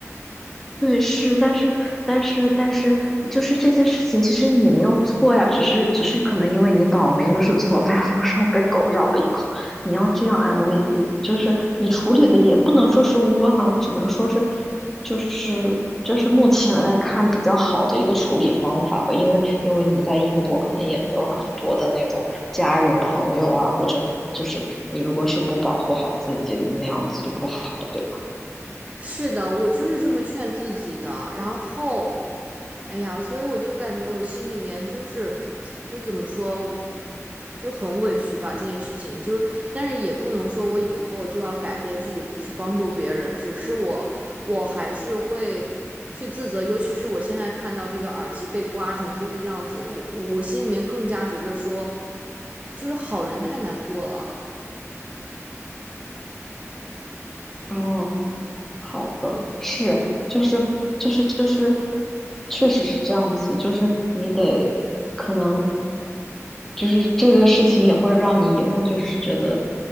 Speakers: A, in the centre; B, on the right.
A: 对，是，但是，但是，但是，就是这些事情，其实你没有错呀，只是，只是可能因为你倒霉，的是走在路上被狗咬了一口，你要这样安慰自己，就是你处理的也不能说是窝囊，只能说是，就是就是目前来看比较好的一个处理方法吧，因为因为你在英国可能也没有很多的那种家人朋友啊，或者就是你如果是不保护好自己，那样子就不好，对吧？
B: 是的，我就是这么劝自己的，然后。哎呀，所以我就感觉我心里面就是，<tsk> 就怎么说，我就很委屈吧这件事情。就但是也不能说我以后就要改变自己，不去帮助别人。只是我，我还是会去自责。尤其是我现在看到这个耳机被刮成这个样子，我我心里面更加觉着说，就是好人太难做了。
A: 哦。好的，是，就是就是就是，确实是这样子，就是你得可能就是这个事情也会让你以后就是觉得，